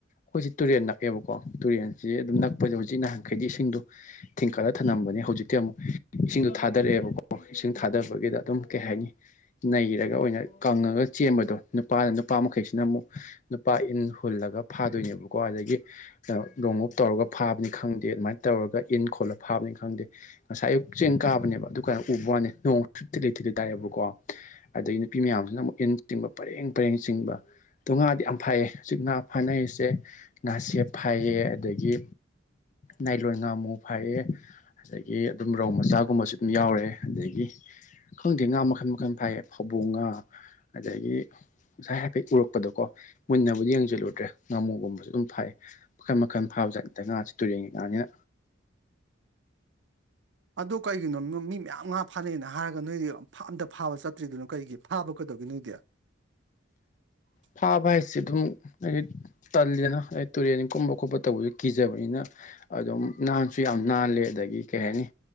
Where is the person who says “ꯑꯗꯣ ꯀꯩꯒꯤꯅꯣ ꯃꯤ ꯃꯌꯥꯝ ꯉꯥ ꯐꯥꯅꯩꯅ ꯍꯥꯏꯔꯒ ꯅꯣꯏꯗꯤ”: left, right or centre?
Right